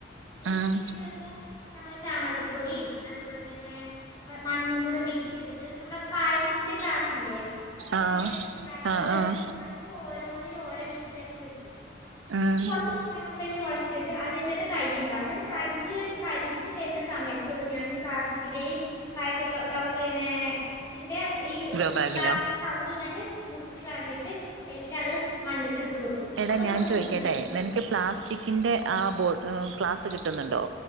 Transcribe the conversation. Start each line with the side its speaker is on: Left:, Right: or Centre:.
Left: ന്നിട്ട്
Right: ഉം
Left: പിറ്റേ ദിവസം നമ്മൾ ചാണകപ്പൊടീം അതുപോലെ തന്നെ മണ്ണും കൂടെ മിക്സ് ചെയ്തിട്ട് നമ്മള പായസത്തിന്റെ ഗ്ലാസില്ലേ ചെറിയ
Right: ആഹ്
Left: ഗ്ലാസ്സുകള്
Right: ആഹ് ആഹ്
Left: അതിലോരോന്നിലും ഓരോ വിത്തക്കി വെക്കും
Right: ഉം
Left: അപ്പൊ കൊറച്ചീസം കഴ്യുമ്പത്തേന് മൊളച്ചിട്ട് അതേൽ തന്നെ തൈ ഉണ്ടാവും ന്നിട്ട് തൈ ഒരു കരുത്ത് വരുന്ന സമയത്തുള്ളൂ ഞാൻ ഈ പ്ലാസ്റ്റിക്കിന്റെ ഈ പായസൊക്കെ കവർ പിന്നെ ഇതിന്റെ ഈ
Right: ഗ്രോ ബാഗിലോ
Left: ഗ്ലാസിന്റെ കവർ ഇങ്ങട്ട് മുറിച്ചുകളഞ്ഞിട്ട് എല്ലാം അത് മണ്ണൊക്കെ എടുത്ത് വെക്കും
Right: എടാ
Left: അപ്പൊ
Right: ഞാൻ
Left: നമുക്ക്
Right: ചോയ്ക്കട്ടെ
Left: നന്നായിട്ട് ഇണ്ടാവും
Right: നിനക്ക് പ്ലാസ്റ്റിക്കിന്റെ ആ ബോട്ട് അ ക്ലാസ് കിട്ടുന്നുണ്ടോ?